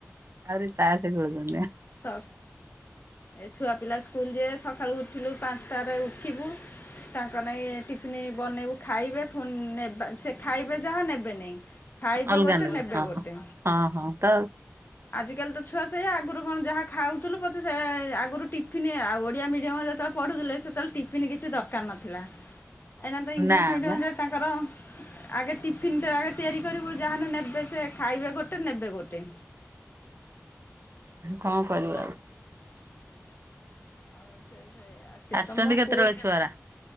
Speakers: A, on the right (about 55°); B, on the left (about 45°).
A: ଆହୁରି ତାସ ଖେଳୁଚନ୍ତି ଆ।
B: <unintelligible> ଏ ଛୁଆ ପିଲା ସ୍କୁଲ ଜିବେ ସକାଳୁ ଉଠିଲୁ ପାଞ୍ଚଟରେ ଉଠିବୁ ତାଙ୍କର ନାଇଁ ଟିଫିନି ବନେଇବୁ ଖାଇବେ ପୁଣି ନେବା ସେ ଖାଇବେ ଯାହା ନେବେ ନେଇଁ। ଖାଇବେ
A: ଅଲଗା
B: ଗୋଟେ
A: ନେଲେ
B: ନେବେ
A: ହଁ
B: ଗୋଟେ।
A: ହଁ ହଁ ତ
B: ଆଜିକାଲି ତ ଛୁଆ ସେଇଆ ଆଗରୁ କଣ ଯାହା ଖାଉଥିଲୁ ପଛେ ସେ ଆଗରୁ ଟିଫିନ ଆଉ ଓଡ଼ିଆ ମିଡିୟମ ଯେତେବେଳେ ପଢୁଥିଲେ ସେତେବେଳେ ଟିଫ ଫିନ କିଛି ଦରକାର ନଥିଲା। ଏଇନା ତ ଇଂଲିଶ
A: ନା
B: ମିଡିୟମ
A: ମ
B: ଯେ ତାଙ୍କର ଆଗେ ଟିଫିନ ଟା ଆଗେ ତିଆରି କରିବୁ ଯାହା ହେନେ ନେବେ ସେ ଖାଇବେ ଗୋଟେ ନେବେ ଗୋଟେ।
A: କଣ
B: ସେ
A: କରିବ ଆଉ।
B: ଆଉ ସେ ସେଇଆ ଆ, ସେ
A: ଆସିଛନ୍ତି
B: ତ ମୋ
A: କେତେବେଳେ
B: ପୁଅ
A: ଛୁଆରା?